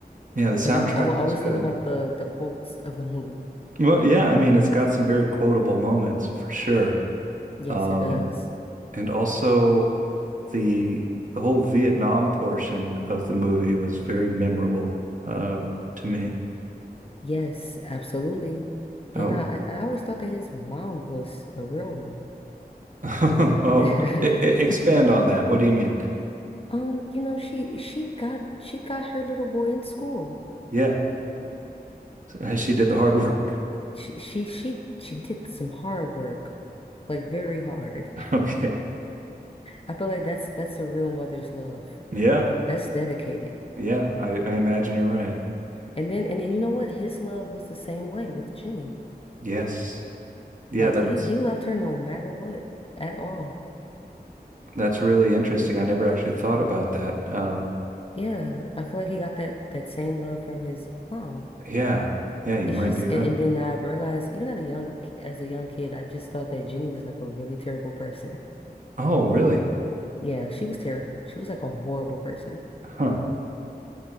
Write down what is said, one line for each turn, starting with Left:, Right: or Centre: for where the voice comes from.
Right: Yeah, the soundtrack
Left: Like I, I will always
Right: was good.
Left: think about the the quotes of the movie.
Right: Well, yeah. I mean, it's got some very quotable moments for sure.
Left: Yes,
Right: Um,
Left: it does.
Right: And also the the whole Vietnam portion of the movie was very memorable uh to me.
Left: Yes, absolutely.
Right: Oh,
Left: And I I I always thought that his mom was a real one.
Right: <laughs> oh,
Left: <laughs>
Right: e- e- expand on that. What do you mean?
Left: Um, you know, she she got she got her little boy in school.
Right: Yeah, <laughs> she did the hard work.
Left: She she she she did some hard work, like very hard.
Right: <laughs>
Left: <laughs>
Right: Okay.
Left: I feel like that's that's a real mother's love.
Right: Yeah.
Left: That's dedicated.
Right: Yeah, I I imagine you're right.
Left: And then and, and you know what? His love was the same way with Jenny.
Right: Yes. Yeah,
Left: Like
Right: that's
Left: he he loved her no matter what at all.
Right: that's really interesting. I never actually thought about that. Um
Left: Yeah, I feel like he got that that same love from his mom.
Right: yeah. Yeah, you
Left: It's
Right: might
Left: just,
Right: be right.
Left: and, and then I realized even at a young as a young kid, I just thought that Jenny was like a really terrible person.
Right: Oh, really?
Left: Yeah, she was terrible. She was like a horrible person.
Right: Huh.